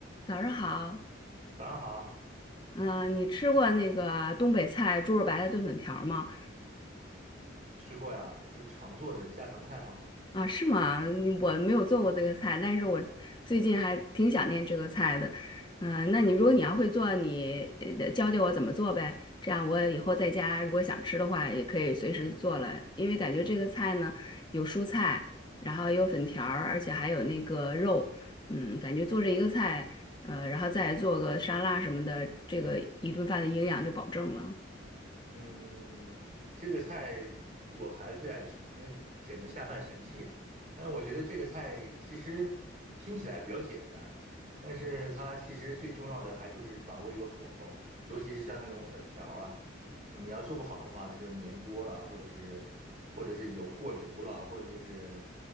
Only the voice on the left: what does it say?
早上好，
嗯、你吃过那个东北菜猪肉白菜炖粉条吗？
啊，是吗？嗯我没有做过这个菜，但是我最近还挺想念这个菜的。嗯、那你如果你要会做，你呃教教我怎么做呗，这样我以后在家如果想吃的话，也可以随时做了。因为感觉这个菜呢，有蔬菜，然后有粉条儿，而且还有那个肉，嗯，感觉做这一个菜，呃，然后再做个沙拉什么的，这个一顿饭的营养就保证了。